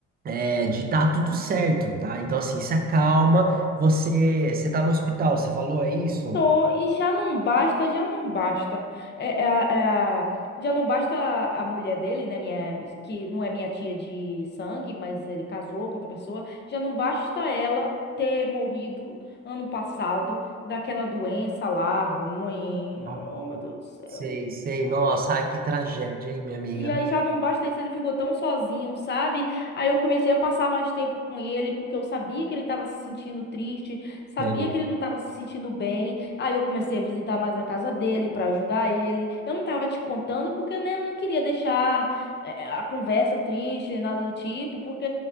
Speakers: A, on the right (about 30°); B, on the left (about 35°).
A: é de dar tudo certo, tá? Então, assim, se acalma. Você, você tá no hospital, você falou, é isso?
B: Tô, e já não basta, já não basta. É, é a- é a- já não basta a a mulher dele, né? Minha, que não é minha tia de sangue, mas ele casou com outra pessoa. Já não basta ela ter morrido ano passado daquela doença lá ruim.
A: Ah,
B: Oh, meu Deus do céu.
A: sei, sei. Nossa, ai, que tragédia, hein, minha amiga?
B: E aí já não basta isso, ele ficou tão sozinho, sabe? Aí eu comecei a passar mais tempo com ele, porque eu sabia que ele estava se sentindo triste, sabia
A: Sei.
B: que ele não estava se sentindo bem. Aí eu comecei a visitar mais a casa dele para ajudar ele. Eu não tava te contando porque né, eu não queria deixar eh, a conversa triste, nada do tipo, porque